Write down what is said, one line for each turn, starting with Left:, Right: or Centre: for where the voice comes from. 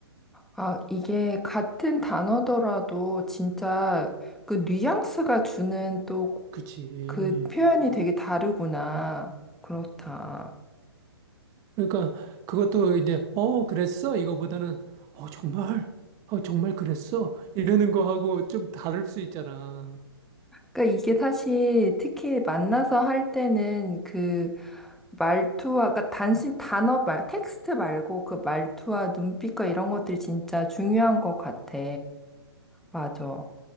Centre: 아, 이게 같은 단어더라도 진짜 그 뉘앙스가 주는 또
Right: 그치.
Centre: 그 표현이 되게 다르구나. 그렇다.
Right: 그러니까 그것도 이제, 어, 그랬어? 이거보다는, 어, 정말? 어, 정말 그랬어? 이러는 거하고 좀 다를 수 있잖아.
Centre: 그러니까 이게 사실 특히 만나서 할 때는 그 말투와, 그러니까 단순히 단어 말, 텍스트 말고 그 말투와 눈빛과 이런 것들이 진짜 중요한 것 같아. 맞아.